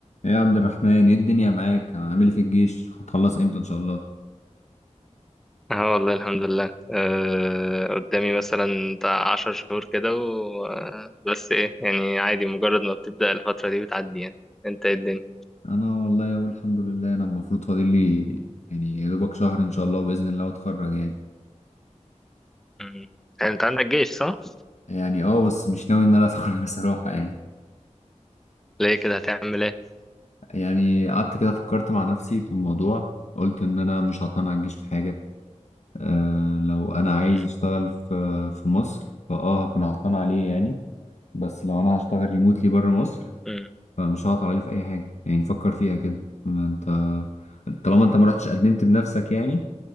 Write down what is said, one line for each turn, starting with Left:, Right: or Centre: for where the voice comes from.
Left: ايه يا عبد الرحمن ايه الدنيا معاك عامل ايه في الجيش هتخلص امتى ان شاء الله
Centre: اه والله الحمد لله أه قدامي مثلا بتاع عشر شهور كده و... آه، بس ايه يعني عادي مجرد ما بتبدأ الفترة دي بتعدي يعني انت ايه الدنيا
Left: انا والله اقول الحمد لله انا المفروض فاضل لي يعني يا دوبك شهر ان شاء الله باذن الله اتخرج يعني
Centre: مم. يعني انت عندك جيش صح؟
Left: يعني اه بس مش ناوي ان انا اتخرج <laughs> بصراحه يعني
Centre: ليه كده هتعمل ايه؟
Left: يعني قعدت كده فكرت مع نفسي في الموضوع قلت ان انا مش هعتمد على الجيش في حاجه أه لو انا عايز
Centre: مم.
Left: اشتغل في في مصر فاه هكون عطلان عليه يعني بس لو انا هشتغل ريموتلي بره مصر
Centre: مم.
Left: فمش هعطل عليه في اي حاجه يعني فكر فيها كده ما انت طالما انت ما رحتش قدمت بنفسك يعني